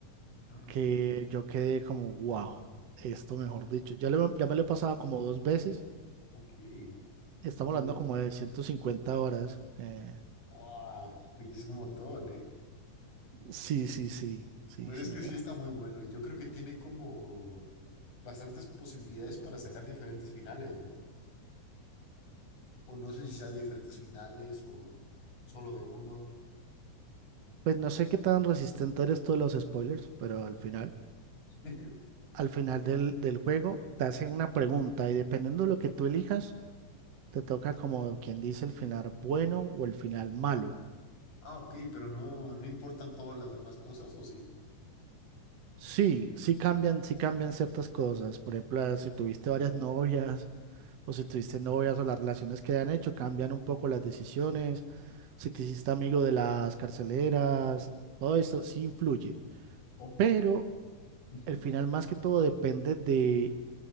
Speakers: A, on the left; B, on the right.
A: Ah,
B: que yo quedé como, wow, esto mejor dicho, ya, le- ya me lo he pasado como dos veces,
A: ok.
B: estamos
A: Y,
B: hablando como de 150 horas. eh,
A: ¡guau! Oye, es un montón, ¿eh?
B: sí, sí, sí, sí,
A: Pero
B: sí.
A: es que
B: La...
A: sí está muy bueno y yo creo que tiene como bastantes posibilidades para sacar diferentes finales, ¿no? O no sé si sea de diferentes finales o solo de uno.
B: Pues no sé qué tan resistente eres tú a los spoilers, pero al final,
A: <laughs>
B: al final del, del juego te hacen una pregunta y dependiendo de lo que tú elijas te toca como quien dice el final bueno o el final malo.
A: Ah, ok, pero no, no importan todas las demás cosas, ¿o sí?
B: Sí, sí cambian, sí cambian ciertas cosas. Por ejemplo, ah, si tuviste varias novias o si tuviste novias o las relaciones que han hecho, cambian un poco las decisiones. Si te hiciste amigo de las carceleras, todo eso sí influye.
A: Ok.
B: Pero
A: Ujú.
B: el final más que todo depende de